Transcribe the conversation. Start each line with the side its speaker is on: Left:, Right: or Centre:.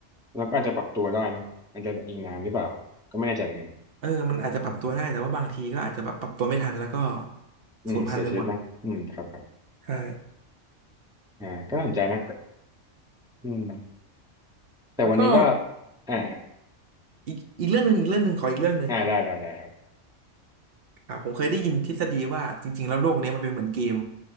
Centre: เราก็อาจจะปรับตัวได้เนอะอาจจะอิงน้ำหรือเปล่าก็ไม่แน่ใจเหมือนกัน
Right: เออมันอาจจะปรับตัวได้แต่ว่าบางทีก็อาจจะแบบปรับตัวไม่ทันแล้วก็
Centre: อืมอืมเสียชีวิตนะอืมครับครับ
Right: สูญพันธุ์ไปหมดใช่
Centre: อ่าก็น่าสนใจนะอืมแต่วันนี้ก็
Right: แล้วก็
Centre: อ่า
Right: อีกอีกเรื่องหนึ่งอีกเรื่องหนึ่งขออีกเรื่องหนึ่ง
Centre: อ่าได้ได้ได้ครับ
Right: อ่าผมเคยได้ยินทฤษฎีว่าจริงๆแล้วโลกเนี้ยมันเป็นเหมือนเกม